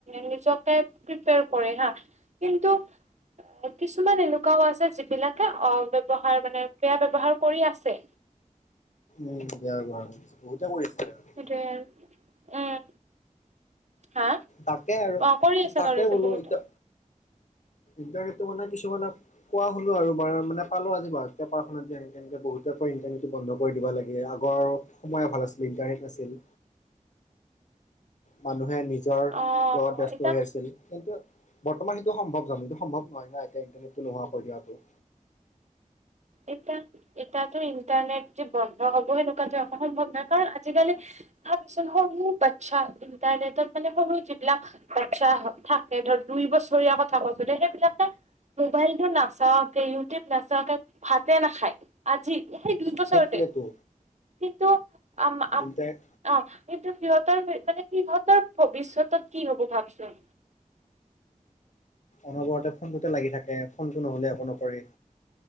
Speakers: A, on the right; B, on the left.
A: নিজকে প্ৰিপেয়াৰ কৰে কিন্তু। কিছুমান এনেকুৱাও আছে যিবিলাকে অব্যৱহাৰ মানে বেয়া ব্যৱহাৰ কৰি আছে।
B: উম বেয়া ব ব বহুতে কৰি আছে আৰু।
A: সেইটোৱে আৰু উম হা
B: তাকে আৰু
A: অ কৰি আছে
B: তাকে
A: কৰি আছে
B: বোলো
A: বহুতে
B: এতিয়া। ইণ্টাৰনেটটো মানে কিছুমানে কোৱা শুনো আৰু বাৰ মানে পালো আজিৰ পেপাৰখনত যে একে এনেকে। বহুত আাকৈ ইণ্টাৰনেটটো বন্ধ কৰি দিব লাগে। আগৰ সময়ে ভাল আছিলে ইণ্টাৰনেট নাছিল। মানুহে নিজৰ
A: অ
B: লগত ব্যস্ত
A: এতিয়া
B: হৈ আছিল। কিন্তু বৰ্তমান সেইটো সম্ভৱ জানো এইটো সম্ভৱ নহয় না। এতিয়া ইন্টাৰনেটটো নোহাৱা কৰি দিয়াতটো।
A: এতিয়া এতাতো ইণ্টাৰনেট যে বন্ধ হ'ব সেনেকুৱা যে অ সম্ভৱ নহয়। কাৰণ আজিকালি ভাবচোন সৰু বাচ্ছা ইণ্টাৰনেট সৰু যি বিলাক বাচ্ছা থাকে। বছৰীয়া কথা কছ সেইবিলাকে মোবাইলতটো নাচাকে ইউটিউব নাচাকে। ভাতে নাখায়। আজি সেই দুই বছৰতে
B: সেইটোৱেতো
A: কিন্তু। আম আ
B: ইণ্টাৰনেট
A: অ এটো দ সিত মানে সিহঁতৰ ভৱিষ্যতত কি হ'ব ভাবিছোন।
B: অনবৰতে ফোনটোতে লাগি থাকে। ফোনটো নহ'লে একো নকৰে।